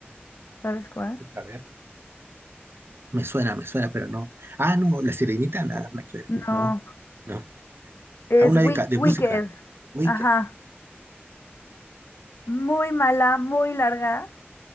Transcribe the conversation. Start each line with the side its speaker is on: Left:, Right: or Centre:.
Left: ¿Sabes cuál?
Right: A ver. Me suena, me suena, pero no. Ah, no, La Sirenita, nada, nada que ver.
Left: No,
Right: No, no.
Left: es
Right: Ah, una
Left: Wi-
Right: de, ca- de
Left: Wicked.
Right: música. Wicked.
Left: Ajá. Muy mala, muy larga